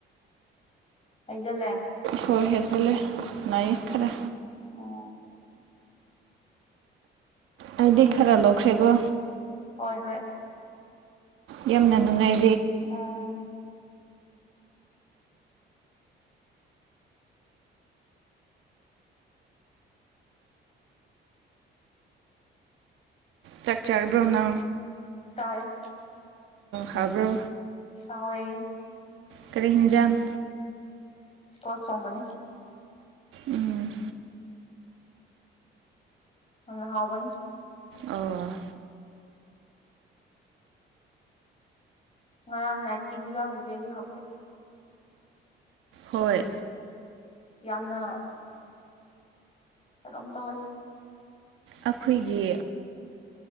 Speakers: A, on the left; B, on the right.
A: ꯍꯩꯁꯤꯜꯂꯦ
B: ꯍꯣꯏ ꯍꯦꯟꯖꯤꯜꯂꯦ
A: ꯑꯣ
B: ꯅꯥꯏꯌꯦ ꯈꯔ ꯑꯩꯗꯤ ꯈꯔ ꯂꯧꯈ꯭ꯔꯦꯀꯣ
A: ꯍꯣꯏ ꯍꯣꯏ
B: ꯌꯦꯦꯝ ꯅꯅꯅꯨꯡ ꯉꯥꯏ
A: ꯎꯝ
B: ꯆꯥꯛ ꯆꯥꯔꯕ꯭ꯔꯣꯅ
A: ꯌꯥꯔ
B: ꯍꯥꯕ꯭ꯔꯣ
A: ꯁꯋꯦ
B: ꯀꯔꯤ ꯍꯤꯡꯖꯝ
A: ꯏꯁꯀꯁꯝ ꯃꯅꯤ
B: ꯎꯝ
A: ꯑ ꯍꯥꯎꯕꯅꯤ
B: ꯑꯣ
A: ꯉꯔꯥꯡ ꯅꯥꯏꯠꯀꯤ ꯍꯤꯡꯖꯥꯡꯕꯨꯗꯤ ꯑꯩꯒꯤ ꯐꯥꯎꯇꯦꯛ
B: ꯍꯣꯏ
A: ꯌꯥꯝꯅ ꯍꯂꯣꯝ ꯇꯁ
B: ꯑꯩꯈꯣꯏꯒꯤ